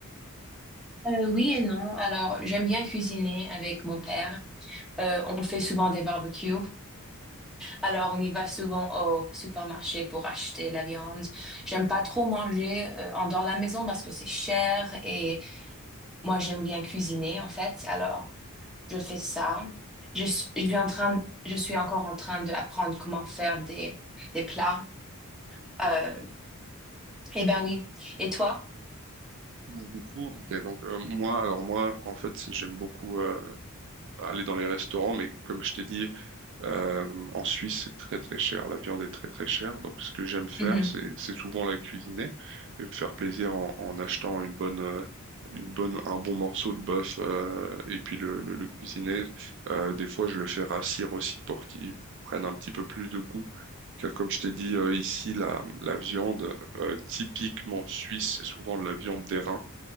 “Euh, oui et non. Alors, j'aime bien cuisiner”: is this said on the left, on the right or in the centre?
Centre